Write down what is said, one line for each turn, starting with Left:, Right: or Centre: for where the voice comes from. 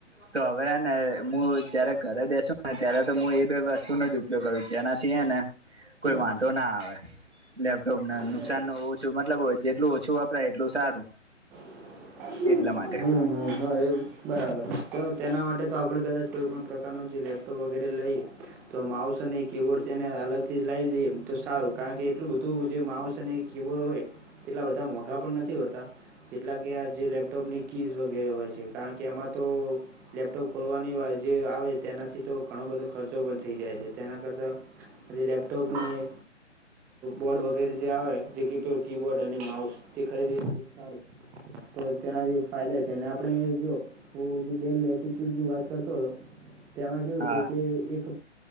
Right: તો હવે ને હું જયારે ઘરે બેસુ ને ત્યારે તો હું એ બે વસ્તુનો જ ઉપયોગ ઉપયોગ કરુ જેનાથી એને કોઈ વાંધો
Centre: શું
Right: ના આવે. લેપટોપ ના નુકસાન
Centre: કહે?
Right: ન ઓછું મતલબ જેટલું ઓછું વપરાય એટલું સારું.
Centre: હમ.
Right: એટલા માટે
Centre: હ હા એવું બરાબર. તો તેના માટે તો આપણે કદાચ કોઈ પણ પ્રકારનું જે લેપટોપ વગેરે લઈએ. તો માઉસ અને કીબોર્ડ તે એને અલગથી લાવી દઈએ તો સારું કારણ કે એટલું બધું જે માઉસ સે ને હી કીબોર્ડ હોય એટલા બધા મોઘા પણ નથી હોતા. જેટલા કે આ જે લેપટોપની કીઝ વગેરે હોય છે કારણ કે એમાં લેપટોપ ખોલવાની વા જે આવે તેનાથી તો ઘણો બધો ખર્ચો પણ થઈ જાય છે તેના કરતાં લેપટોપની બોર્ડ વગેરે જે આવે જે કેે કીબોર્ડ અને માઉસ. તે ખરીદીએ તો સારું તો તેનાથી ફાયદા એ થાયને આપણે એ જો હ જે ડેલ લેટિટ્યૂડની વાત કરતો હતો તેમાં કેવું
Right: હા
Centre: છે કે એક